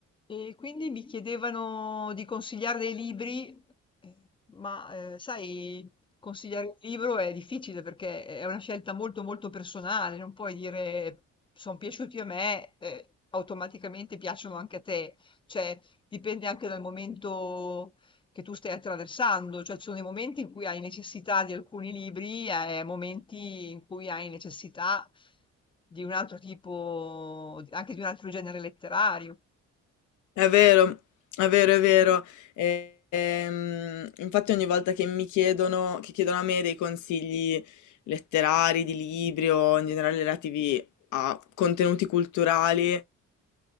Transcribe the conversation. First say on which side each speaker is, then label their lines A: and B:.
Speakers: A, on the left; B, on the left.
A: E quindi mi chiedevano di consigliare dei libri, eh, ma eh, sai, consigliare un libro è difficile perché è una scelta molto molto personale, non puoi dire sono piaciuti a me, eh, automaticamente piacciono anche a te, cioè dipende anche dal momento che tu stai attraversando, cioè ci sono dei momenti in cui hai necessità di alcuni libri e momenti in cui hai necessità di un altro tipo, anche di un altro genere letterario.
B: È vero, è vero, è vero. E- ehm, infatti ogni volta che mi chiedono, che chiedono a me dei consigli letterari, di libri o in generale relativi a contenuti culturali,